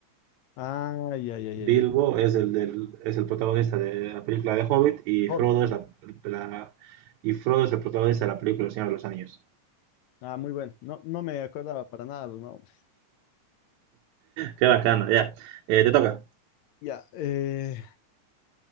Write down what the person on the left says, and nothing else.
Ay, ay, ay,
ay, ay.
El Hobbit.
Ah, muy bueno. No, no me acordaba para nada los nombres.
Ya. eh,